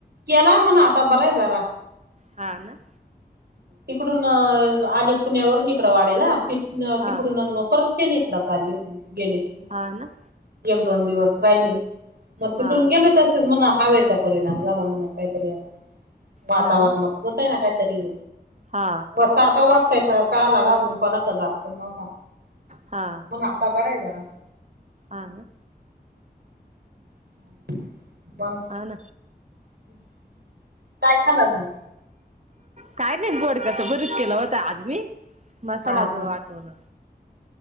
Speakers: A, on the right; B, on the right.
A: केला म्हणा आता बरा आहे जरा
B: हा ना
A: तिकडून आली पुण्यावरून इिकडं वाढला तिकडून
B: हा
A: परत शणीेतलाच आली होती गेले शनीत
B: हा ना
A: एक दोन दिवस राहिले मग तिटून
B: हा
A: गेले तसेच म्हणा हवेचा परिणाम झाला म्हण काहीतरी वातावरणात
B: हा ना
A: होतय ना काहीतरी
B: हा
A: सारखा वाच त्याच्या काला घाबरून कोणा का जात नव्हताून
B: हा
A: आता बराय जरा
B: अन
A: हम् ब
B: अन
A: हम् काय खालं म्हून
B: काय नाही गोड कचं भरीच केलं होत आज मी मसाला
A: हा
B: द
A: हा
B: आटवून